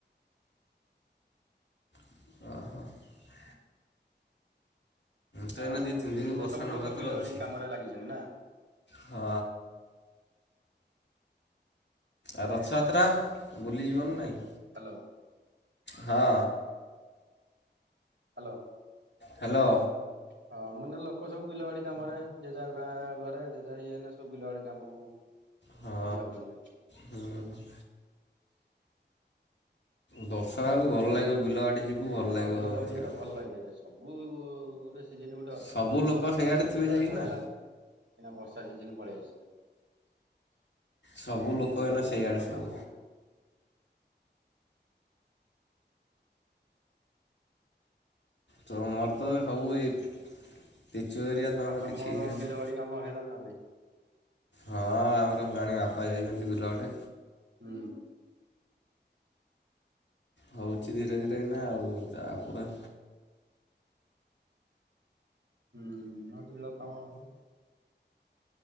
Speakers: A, on the left; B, on the right.
A: <unintelligible> ତ
B: ହଉ
A: ଏଇନା ଦୁଇ ତିନି ଦିନ ବର୍ଷା
B: ଏ ସବୁ
A: ଲଗାତାର
B: ଲୋକ ବିଲ
A: ଅଛି
B: ବାଡି କାମରେ ଲାଗିଛନ୍ତି ନା?
A: ହଁ ଆଉ ରଥଯାତ୍ରା ବୁଲିଯିବନି ନାଇଁ।
B: ହାଲୋ।
A: ହଁ।
B: ହାଲୋ।
A: ହାଲୋ।
B: ହଁ ମାନେ ଲୋକ ସବୁ ବିଲବାଡି କାମ ରେ ଯେ ଯା ଗାଁ ଘରେ ଯେ ଯାହା ଇଏ ସବୁ ବିଲବାଡି କାମକୁ
A: ହଁ
B: ସବୁ ଯାଉଛନ୍ତି।
A: ହୁଁ ବର୍ଷା
B: ଏ
A: ହେଉ
B: ସିଜିନ
A: ଭଲ
B: ଟା
A: ଲାଗିବ
B: ହେଲା
A: ବିଲ ବାଡ଼ି ଯିବୁ ଭଲ ଲାଗିବ
B: ହଁ ବିଲବାଡି
A: ସିଆଡ଼େ।
B: ଏଟା ଭଲ ଲାଗେ ସବୁ ରେ ସିଜିନି ଗୋଟେ ଅଛି
A: ସବୁ ଲୋକ ସେଇଆଡ଼େ
B: ଖରା ସିଜିନ
A: ଥିବେ
B: ତାର
A: ଯାଇକି
B: ପଳେଲା।
A: ନା
B: ଏଇନା ବର୍ଷା ସିଜିନି ପଳେଇ ଆାସିଲା।
A: ସବୁ
B: ଏଇନା
A: ଲୋକ
B: ବିଲ ବାଡି
A: ସେଇଆଡ଼େ
B: ଲୋକ ଙ୍କର
A: ସବୁ
B: କାମ
A: ତମର ତ ସବୁ ଏଇ ପିଚୁ ଏରିଆ ତମର
B: ଆଉ
A: କିଛି ଇଏ
B: ବିଲବାଡି
A: ନୁହଁ।
B: କାମ ହେଲାଣି ନା ନାଇଁ।
A: ହଁ ଆମର ହେଲାଣି ବାପା ଯାଇଛନ୍ତି ବିଲଆଡେ।
B: ହୁଁ
A: ହଉଚି ଧୀରେ ଧୀରେ ଏଇନା ଆଉ ତା ପରେ
B: ହୁଁ ମା ବିଲ କାମ ହଉ